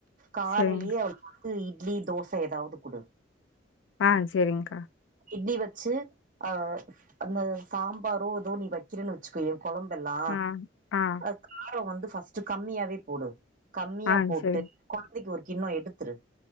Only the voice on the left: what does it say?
சரிங்க
அ சேரிங்க்கா
ஆ ஆ
ஆ
சரி